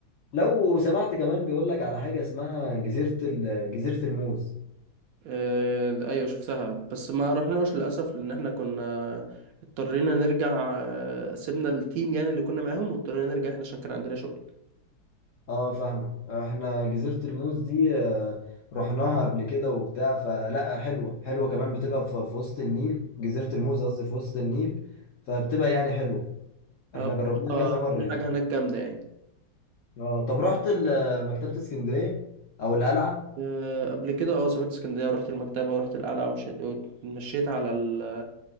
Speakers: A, on the left; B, on the right.
A: لو سمعت كمان بيقول لك على حاجة اسمها جزيرة ال- جزيرة الموز
B: آه، أيوة شفتها بس ما رحناش للأسف لأن احنا كنا اضطرينا نرجع آه، سيبنا التيم يعني اللي كنا معاهم واضطرينا نرجع احنا عشان كان عندنا شغل
A: اه فاهمة احنا جزيرة الموز دي آه، رحناها قبل كده وبتاع فلا حلوة حلوة كمان بتبقى في في وسط النيل جزيرة الموز قصدي في وسط النيل فبتبقى يعني حلوة احنا
B: آه،
A: جربناها
B: بصراحة
A: كذا مرة
B: كل
A: يعني
B: حاجة هناك جامدة يعني
A: اه طب رحت ال- مكتبة اسكندرية أو القلعة
B: آه، قبل كده اه سافرت اسكندرية ورحت المكتبة ورحت القلعة وشد- واتمشيت على ال